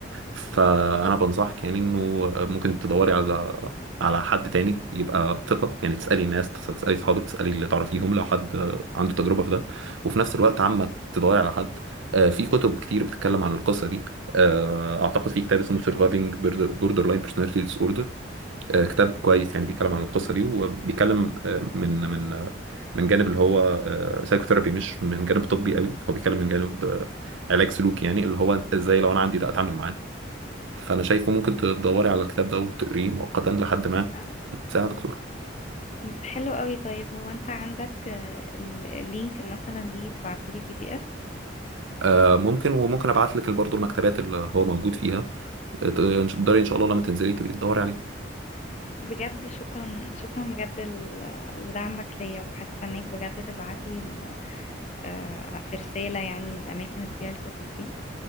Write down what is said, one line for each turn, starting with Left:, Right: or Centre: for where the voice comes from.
Right: فانا بنصحك يعني انه ممكن تدوري على على حد تاني يبقى ثقة يعني تسألي الناس تسألي صحابك تسألي اللي تعرفيهم لو حد عنده تجربة في ده وفي نفس الوقت عما تدوري على حد آه، في كتب كتير بتتكلم عن القصة دي آه، اعتقد في كتاب اسمه Surviving Border- Borderline Personality Disorder آه، كتاب كويس يعني بيتكلم عن القصة دي وبيتكلم آه، من من من جانب اللي هو سايكوثيرابي مش من جانب طبي قوي هو بيتكلم من جانب آه، علاج سلوكي يعني اللي هو ازاي لو انا عندي ده اتعامل معاه فانا شايفه ممكن تدوري على الكتاب ده وتقريه مؤقتا لحد ما
Left: آه،
Right: ساعة دكتور
Left: م- حلو قوي طيب هو انت عندك آه، ال- اللينك مثلا ليه تبعتولي بي دي اف
Right: آه ممكن وممكن ابعت لك برضه المكتبات اللي هو موجود فيها تقدري ان شاء الله لما تنزلي تبقي تدوري عليه
Left: بجد شكرا شكرا بجد ل- لدعمك ليا وهستناك بجد تبعتلي ال- آه، في رسالة يعني الأماكن اللي بتبيع الكتب دي